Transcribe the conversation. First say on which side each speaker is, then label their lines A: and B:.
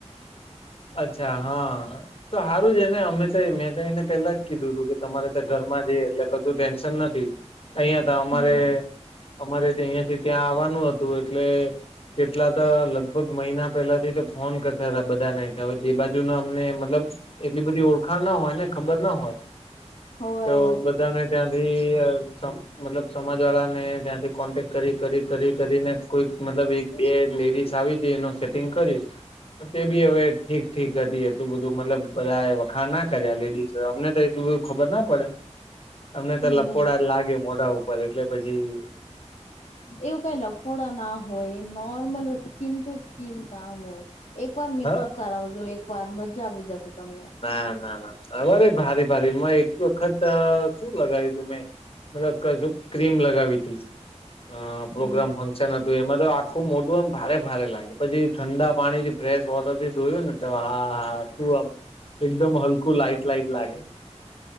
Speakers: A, on the left (about 55°); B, on the left (about 70°).
A: અચ્છા, હા. તો હારું જ હે ને, અમે તો મેં તો એને પેલા જ કીધું તું કે તમારે તો ઘરમાં જે એટલે કશું ટેન્શન નથી. અહિયાં તો અમારે-અમારે
B: હમ
A: અહિયાં થી ત્યાં આવવાનું હતું એટલે કેટલા તો લગભગ મહિના પેલા થી તે ફોન કરતા હતા બધા ને હવે જે બાજુ ના અમને મતલબ એટલી બધી ઓળખા ના હોય ને ખબર ન હોય
B: હોવે
A: તો
B: હોવે
A: બધાને ત્યાંથી અહ સમ મતલબ સમાજ વાળા ને ત્યાંથી કોન્ટેક કરી-કરી-કરી-કરીને કોઈક મતલબ એક બે લેડીસ આવી છે, એનો સેટિંગ કર્યું, તો તે બી હવે ઠીક-ઠીક હતી, એટલું બધું મતલબ બધા એ વખાણ ના કર્યા લેડીઝ, અમને તો એટલું બધું ખબર ન પડે.
B: <inaudible>
A: અમને તો લપોડા
B: હમ
A: જ લાગે મોઢા ઉપર એટલે પછી
B: એવું કઈ લફોડા ના હોય નોર્મલ હો સ્કીિન ટુ સ્કીિન કામ હોય એક વાર મેકઅપ
A: હા
B: કરાવજો એક વાર મજા આવી જશે તમને
A: ના ના ના અરે ભારી ભારી એક વખત શું લગાયું તુંમે મતલબ કશું ક ક્રીમ લગાવી તી અ પ્રોગ્રામમાં
B: હમ
A: છ નતું એમાં તો આખું મોટું આમ ભારે ભારે લાગે પછી ઠંડા પાણી થી ફ્રેશ વોટર થી ધોયું ને એકદમ હા હા તું એકદમ હલકું લાાઈટ લઈટ લાગે